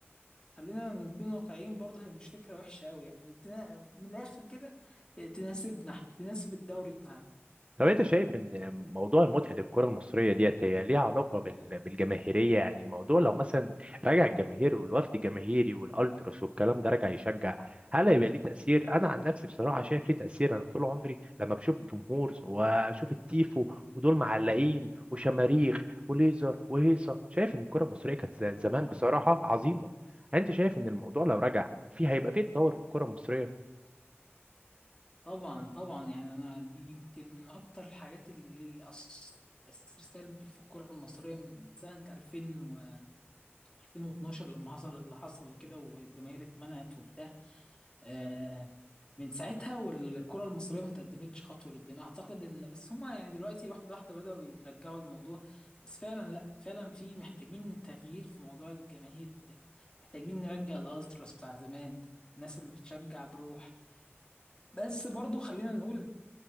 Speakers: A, on the left; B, on the right.
A: خلينا نكون واقعيين برضه هي مش فكرة وحشة أوي يعني تنا- من الآخر كده آه، تناسبنا احنا تناسب الدوري بتاعنا
B: طب انت شايف ان موضوع متعة الكرة المصرية ديت هي ليها علاقة بال- بالجماهيرية يعني الموضوع لو مثلا رجع الجماهير والوفد الجماهيري والالتراس والكلام ده رجع يشجع هل هيبقى ليه تأثير انا عن نفسي بصراحة شايف ليه تأثير انا طول عمري لما بشوف الجمهور واشوف التيفو ودول معلقين وشماريخ وليزر وهيصة شايف ان الكرة المصرية كانت زمان
A: طبعا
B: بصراحة عظيمة انت شايف ان الموضوع لو رجع في هيبقى فيه تطور في الكرة المصرية
A: طبعا طبعا يعني أنا دي يمكن من أكتر الحاجات اللي أثرت تأثير سلبي في الكرة المصرية من سنة 2000 و 2012 لما حصل اللي حصل وكده والجماهير اتمنعت وبتاع آه، من ساعتها والكرة المصرية ما تقدمتش خطوة لقدام أعتقد إن بس هما يعني دلوقتي واحدة واحدة بدأوا يرجعوا الموضوع بس فعلا لأ فعلا في محتاجين تغيير في موضوع الجماهير ده محتاجين نرجع الألتراس بتاع زمان الناس اللي بتشجع بروح بس برضو خلينا نقول